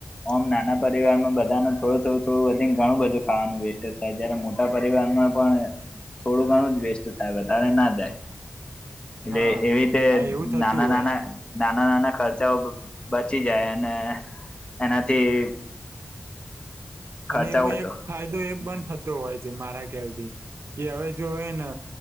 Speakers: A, on the left; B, on the right.
A: ઓમ નાના પરિવારમાં બધા ન થોડું થોડું થોડું વધીને ઘણું બધું ખાવાનું વેસ્ટ થાય જયારે મોટા પરિવારમાં પણ થોડું ઘણું જ વેસ્ટ થાય વધારે ના જાય એટલે
B: હા
A: એવી રીતે
B: હા એવું થતું
A: નાના
B: હોય
A: નાના નાના નાના ખર્ચાઓ બચી જાય અને એનાથી ખર્ચાઓ
B: અને એમાં
A: હતો
B: એક ફાયદો એમ પણ થતો હોય છે મારા ખ્યાલથી કે હવે જોવે ને